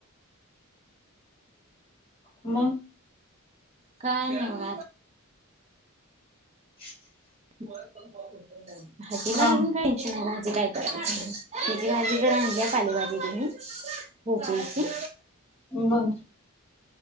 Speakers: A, on the left; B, on the right.
A: म
B: काय नाय बघ आज.
A: <inaudible>
B: भाजीला
A: हा
B: अजून टेन्शन आहे भाजी काय करायची तुझी भाजी <inaudible> पालेभाजी त्यांनी <inaudible> ह
A: बर